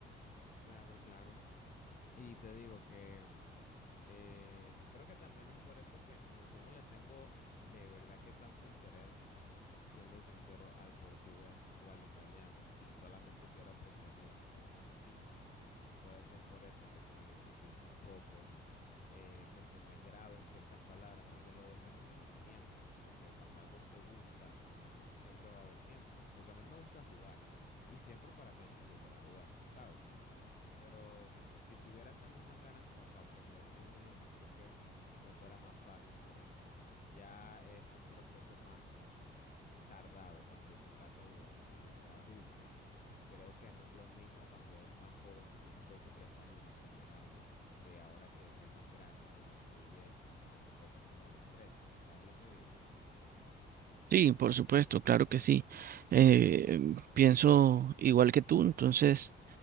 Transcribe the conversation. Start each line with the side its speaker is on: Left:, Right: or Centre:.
Left: claro, claro. Y te digo que eh, creo que también es por eso que como yo no le tengo de verdad que tanto interés siendo sincero, al portugués o al italiano y solamente quiero aprenderlo porque sí. Puede ser por eso que se me dificulta un poco, eh, que se me graben ciertas palabras, porque lo de menos es el tiempo, porque cuando algo te gusta, siempre va a haber tiempo, porque a mí me gusta jugar y siempre para mí hay tiempo para jugar, ¿sabes? Pero si tuviera esas mismas ganas como para aprender esos dos idiomas, creo que me fuera más fácil, pero ya es un proceso más tardado cuando se trata de, de- de ser adulto. Creo que no es lo mismo cuando eres más joven, que tienes 12 13 años, aprender algo, que ahora que eres más grande, porque influye cosas como el estrés. ¿Sabes lo que digo?
Right: Sí, por supuesto, claro que sí. Eh, pienso igual que tú, entonces